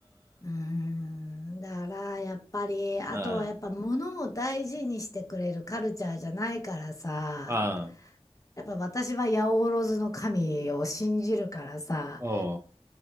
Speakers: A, on the left (about 30°); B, on the right (about 25°).
A: うーん、だからやっぱり、あとはやっぱ物も大事にしてくれるカルチャーじゃないからさ、
B: うん、うん、うん、
A: やっぱ私は八百万の神を信じるからさ、
B: おう、